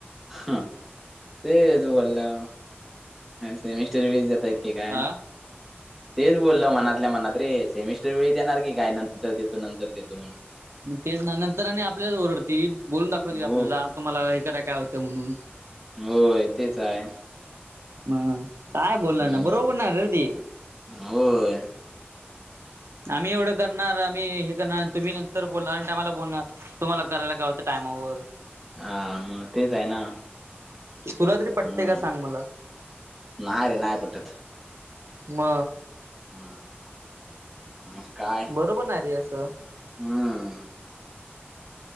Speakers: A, in the centre; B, on the right.
A: हम्म तेच बोलला सेमिस्टर वेळी देतात की काय. की काय
B: आ
A: तेच बोलल मनातल्या मनात रे सेमिस्टर वेळी देणार की काय नंतर देतो नंतर देतो म्हणून.
B: तेच ना नंतर आणि आपल्यालाच ओरडतील बोलून दाखवतील
A: हो
B: आपल्याला तुम्हाला हे कराय काय होतं म्हणून.
A: होय तेच आहे
B: म काय बोलणार
A: हम्म,
B: ना बरोबर नाय रे ते
A: होय.
B: आम्ही एवढं करणार आम्ही हे करणार तुम्ही नंतर बोलणार ऐन टाइमला बोलणार. तुम्हाला करायला काय होतं टायमावर
A: हा मग तेच आहे ना,
B: तुला तरी पटते
A: हम्म.
B: का सांग मला
A: नाही रे नाहीय पटत.
B: म
A: हम् मग काय
B: बरोबर नाही रे असं
A: हम्म